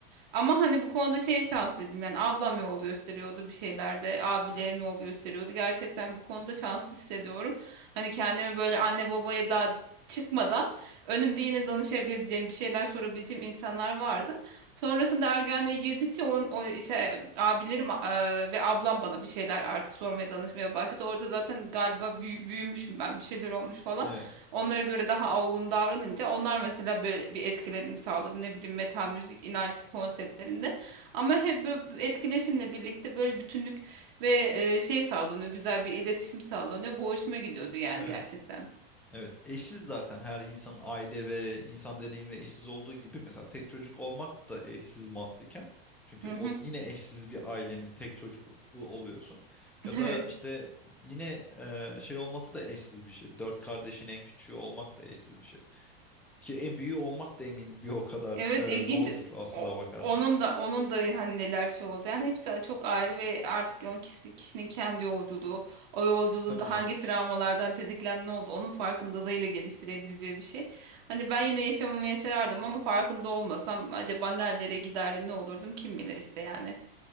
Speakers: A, on the right; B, in the centre.
A: Ama hani bu konuda şey şanslıydım yani ablam yol gösteriyordu bir şeylerde abilerim yol gösteriyordu gerçekten bu konuda şanslı hissediyorum. Hani kendimi böyle anne babaya daha çıkmadan önümde yine danışabileceğim bir şeyler sorabileceğim insanlar vardı. Sonrasında ergenliğe girdikçe onun o işte abilerim e, ve ablam bana bir şeyler artık sormaya danışmaya başladı. Orada zaten galiba büyü- büyümüşüm ben bir şeyler olmuş falan.
B: Evet.
A: Onlara göre daha olgun davranınca onlar mesela böyle bir etkilenim sağladı. Ne bileyim metal müzik, inanç konseptlerinde. Ama hep böyle bir etkileşimle birlikte böyle bütünlük ve e, şey sağlanıyor. Güzel bir iletişim sağlanıyor. Bu hoşuma gidiyordu yani
B: Evet.
A: gerçekten.
B: Evet, eşsiz zaten her insanın aile ve insan deneyimi eşsiz olduğu gibi mesela tek çocuk olmak da eşsiz mantıken. Çünkü
A: Hı hı.
B: o yine eşsiz bir ailenin tek çocuğu oluyorsun.
A: <laughs>
B: Ya da
A: Evet.
B: işte yine e, şey olması da eşsiz bir şey. Dört kardeşin en küçüğü olmak da eşsiz bir şey. Ki en büyüğü olmak da eminim bir o kadar
A: Evet ilginç.
B: e, zordur aslında
A: O-
B: bakarsan.
A: onun da onun da hani neler şey oldu. Yani hepsi çok ayrı ve artık o kişi, kişinin kendi yolculuğu, o yolculuğunda
B: Tabii canım.
A: hangi travmalardan tetiklen ne oldu onun farkındalığıyla geliştirebileceği bir şey. Hani ben yine yaşamımı yaşardım ama farkında olmasam acaba nerelere giderdim, ne olurdum kim bilir işte yani.